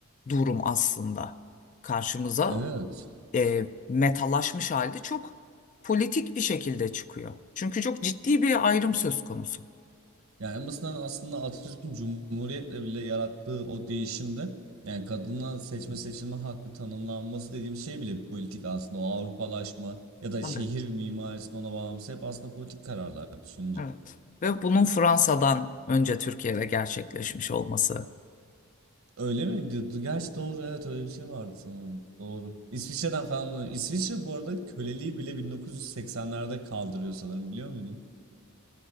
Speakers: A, on the left (about 35°); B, on the right (about 70°).
A: durum aslında karşımıza
B: Evet.
A: e, metalaşmış halde çok politik bir şekilde çıkıyor. Çünkü çok ciddi bir ayrım söz konusu.
B: Yani en basitinden aslında Atatürk'ün Cumhuriyet'le bile yarattığı o değişimde yani kadına seçme seçilme hakkı tanımlanması dediğim şey bile politik aslında o Avrupalaşma ya da
A: Tabii.
B: şehir mimarisinin ona bağlaması hep aslında politik kararlar düşününce.
A: Evet. Ve bunun Fransa'dan önce Türkiye'de gerçekleşmiş olması.
B: Öyle mi diyordu? Gerçi doğru evet öyle bir şey vardı sanırım. Doğru. İsviçre'den falan. İsviçre bu arada köleliği bile 1980'lerde kaldırıyor sanırım biliyor muydun?